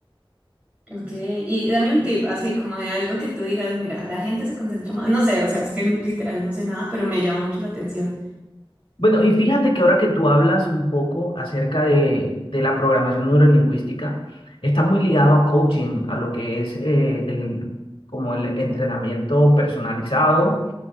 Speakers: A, on the right (about 15°); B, on the left (about 85°).
A: Ok, y dame un tip, así como de algo que tú digas, mira, la gente se concentra más, no sé, o sea, es que literal no sé nada, pero me llama mucho la atención.
B: Bueno, y fíjate que ahora que tú hablas un poco acerca de, de la programación neurolingüística, está muy ligado a coaching, a lo que es eh, el, como el entrenamiento personalizado,